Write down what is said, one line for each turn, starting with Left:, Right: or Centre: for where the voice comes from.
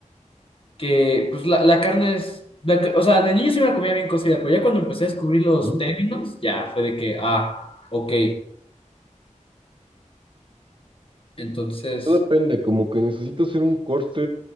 Left: que pues la, la carne es, la ca- o sea, de niño sí me la comía bien cocida, pero ya cuando empecé a descubrir los
Right: Mm.
Left: términos, ya fue de que, ah, ok, Entonces,
Right: Todo depende, como que necesito hacer un corte